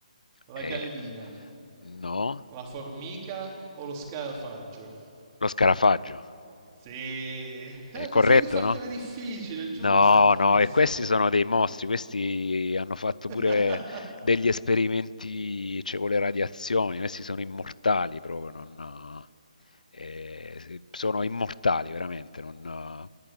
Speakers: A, on the right; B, on the left.
A: La
B: Eh,
A: gallina,
B: no,
A: la formica o lo scarafaggio?
B: lo scarafaggio.
A: Sì, eh,
B: È corretto,
A: pensavo di fartela
B: no?
A: difficile, giusto,
B: No,
A: giusto.
B: no, e questi sono dei mostri, questi hanno fatto
A: <laughs>
B: pure degli esperimenti, cioè, con le radiazioni, questi sono immortali proprio, non, eh, sono immortali veramente. non- eh.